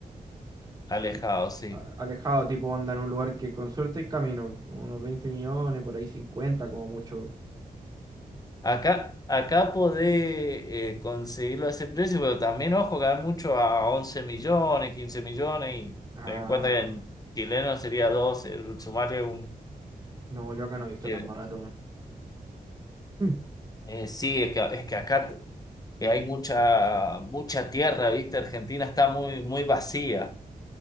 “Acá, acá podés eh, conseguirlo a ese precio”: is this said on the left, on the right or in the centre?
Left